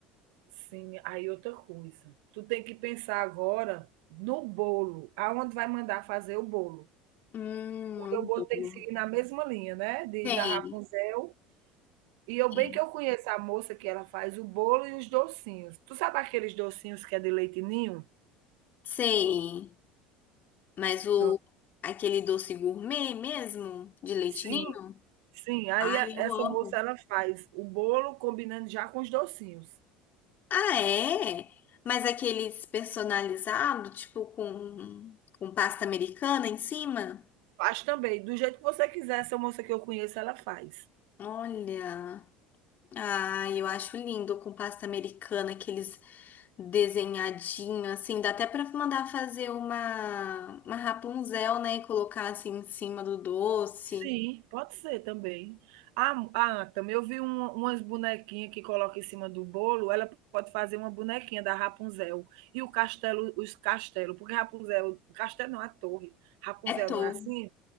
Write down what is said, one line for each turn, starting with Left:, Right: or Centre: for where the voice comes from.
Right: Sim, aí outra coisa. Tu tem que pensar agora no bolo, aonde vai mandar fazer o bolo.
Left: Hum,
Right: Porque
Left: o
Right: o bolo tem
Left: bolo.
Right: que seguir na mesma linha, né? De,
Left: Tem,
Right: da Rapunzel. E eu
Left: tem.
Right: bem que eu conheço a moça que ela faz o bolo e os docinhos. Tu sabe aqueles docinhos que é de leite ninho?
Left: Sei. Mas o
Right: Pronto.
Left: aquele doce gourmet mesmo, de leite
Right: Sim,
Left: ninho,
Right: sim. Aí
Left: ai,
Right: a-
Left: eu
Right: essa
Left: amo.
Right: moça ela faz o bolo combinando já com os docinhos.
Left: Ah, é? Mas aqueles personalizados, tipo com, com pasta americana em cima?
Right: Faz também. Do jeito que você quiser, essa moça que eu conheço, ela faz.
Left: Olha. Ah, eu acho lindo com pasta americana, aqueles desenhadinhos, assim. Dá até pra mandar fazer uma, uma Rapunzel, né? E colocar assim em cima do doce.
Right: Sim. Pode ser também. Ah, ah também eu vi um- umas bonequinhas que coloca em cima do bolo. Ela pode fazer uma bonequinha da Rapunzel. E o castelo, os castelos, porque Rapunzel, castelo não, a torre. Rapunzel
Left: É touca.
Right: não é assim?